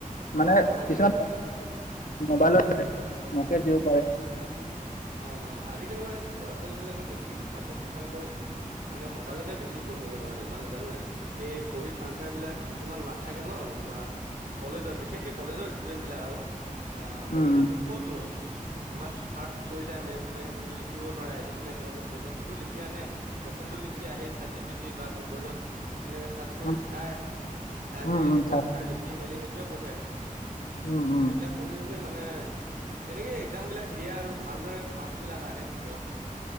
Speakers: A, on the left; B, on the right.
A: মানে
B: অ', অ', আজিকালি
A: কিছুমান
B: অ',
A: মোবাইলত মোকে দিওঁ
B: অ অ আজিকালি মানে ল'ৰা ছোৱালীবিলাকে বেছিকে কিতাপত পঢ়াই কৈ মানে মোবাইলতে বেছি পঢ়িব লয় মানে জানে নাই? এই বহীত আনচাৰ বিলাক কিছুমান নাথাকে নহ। এ কলেজত বিশেষকে কলেজৰ ষ্টুডেন্ট বিলাক আৰু। অ
A: উম,
B: কলেজতো
A: উম,
B: ক'তনো ইমান ফাৰ্ষ্ট কৈ যাই মেম হতে সেইখিনিতো লিখিব নোৱাৰে, আহি পেলাই সিহঁতে কুৱেশনতো লিখি আনে কোৱেচনটো লিখি আহি ছেট জি বা গুগলত এনেকে চাৰ্চ কৰি
A: উম,
B: চাই, চাই
A: উম,
B: মেলি
A: উম,
B: সেইটো
A: চা
B: আনচাৰ লিখি মেলি সেইটোৱে পঢ়ে।
A: উম, উম।
B: এইবিলাক পঢ়ি শুনি মানে তেনেকে একজাম বিলাক দিয়ে আৰু। ভালদৰে মাৰ্ক্স বিলাক আহে তেতিয়াও।